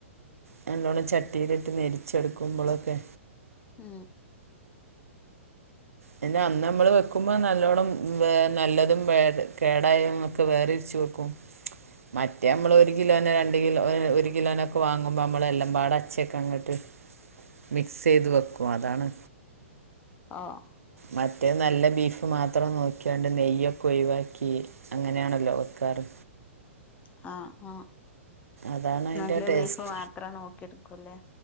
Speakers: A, on the right (about 85°); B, on the left (about 20°).
A: നല്ലോണ്ണം ചട്ടീല്ട്ട് നെരിച്ചെടുക്കുമ്പോള്ളൊക്കെ
B: മ്.
A: പിന്നെ അന്ന് നമ്മള് വെക്കുമ്പോ നല്ലോണം വെ നല്ലതും വെ കേടായും ഒക്കെ വെരിച്ച് വെക്കും മറ്റേമ്മള് ഒരുകിലോന് രണ്ട്കിലോ ഓ ഒരുകിലോനോക്കെ വാങ്ങുമ്പോമ്മള് എല്ലാംപാടെ ച്ചേക്കങ്ങട്ട് മിക്സെയ്ത് വെക്കും അതാണ്
B: ആഹ്
A: മറ്റേനല്ലബീഫ്മാത്രംനോക്കിയാണ്ട് നെയ്യൊക്കെഒഴിവാക്കി അങ്ങെനെയാണല്ലോ വെക്കാറ്
B: ഹാ ആഹ്
A: അതാണ് അതിൻ്റെ
B: നല്ല
A: ടേസ്റ്റ്
B: ബീഫ് മാത്രം നോക്കിട്ക്കും ല്ലേ